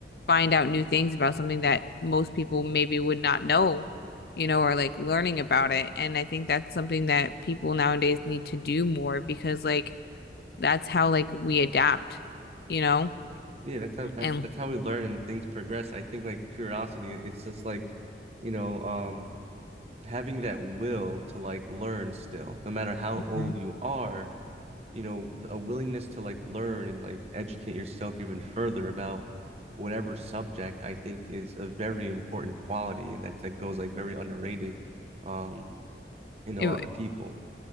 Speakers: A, on the left; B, on the right.
A: find out new things about something that most people maybe would not know, you know, or like learning about it. And I think that's something that people nowadays need to do more because like that's how like we adapt, you know,
B: Yeah, that's how that's
A: and
B: that's how we learn and things progress. I think like curiosity, it's just like, you know, um having that will to like learn still, no matter how
A: Mhm.
B: old you are, you know, a willingness to like learn and like educate yourself even further about whatever subject, I think is a very important quality and that, that goes like very underrated um in
A: It,
B: a lot of people.